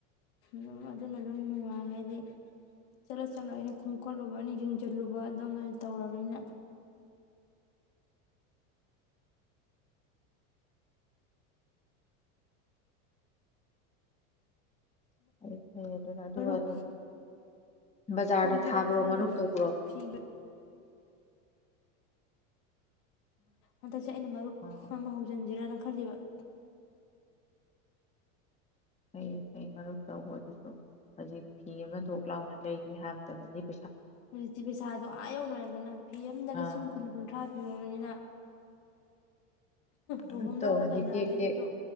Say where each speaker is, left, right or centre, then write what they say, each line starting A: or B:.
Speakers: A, on the left (about 70°); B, on the left (about 15°).
A: ꯎꯝ ꯑꯗꯨꯅ ꯑꯗꯨꯝ ꯅꯨꯡꯉꯥꯏ ꯍꯥꯏꯗꯤ ꯆꯠꯂ- ꯆꯠꯂ ꯑꯩꯅ ꯈꯣꯡꯀꯠꯂꯨꯕ ꯑꯩꯅ ꯌꯦꯡꯁꯤꯜꯂꯨꯕ ꯑꯗꯨꯝ ꯑꯣꯏꯅ ꯇꯧꯔꯕꯅꯤꯅ꯫
B: <inaudible> ꯐꯩ ꯑꯗꯨꯅ ꯑꯗꯨꯒ
A: ꯃꯔꯨꯞ
B: ꯑꯗꯨꯝ ꯕꯖꯥꯔꯗ
A: ꯍꯧꯁꯤꯔꯥ
B: ꯊꯥꯕ꯭ꯔꯣ
A: ꯈꯜꯂꯤ
B: ꯃꯔꯨꯞ ꯇꯧꯕ꯭ꯔꯣ?
A: ꯐꯤ ꯍꯟꯗꯛꯁꯦ ꯑꯩꯅ ꯃꯔꯨꯞ
B: ꯑꯣ
A: ꯑꯃ ꯍꯧꯖꯟꯖꯤꯔꯅ ꯈ ꯈꯂꯤꯕ
B: ꯐꯩ ꯐꯩ ꯃꯔꯨꯞ ꯇꯧꯕꯗꯨꯖꯨ ꯍꯧꯖꯤꯛ ꯐꯤ ꯑꯃ ꯊꯣꯛ ꯂꯥꯎꯅ ꯂꯩꯒꯦ ꯍꯥꯏꯕꯗ ꯍꯨꯀꯤꯛ
A: ꯍꯧꯖꯤꯛꯇꯤ ꯄꯩꯁꯥꯗꯣ ꯑꯥ ꯌꯧꯅꯔꯦꯗꯅ ꯐꯤ ꯑꯃꯝꯗ
B: ꯑꯥ
A: ꯂꯤꯁꯤꯡ ꯀꯨꯟ - ꯀꯨꯟꯊ꯭ꯔꯥ ꯄꯤꯔꯕꯅꯤꯅ
B: ꯃꯔꯨꯞ
A: ꯂꯨꯍꯣꯡꯗꯧꯕ
B: ꯇꯧꯔꯗꯤ
A: ꯀꯩꯩꯅꯒꯩꯖꯤꯖꯨ
B: ꯇꯦꯛ ꯇꯦꯛ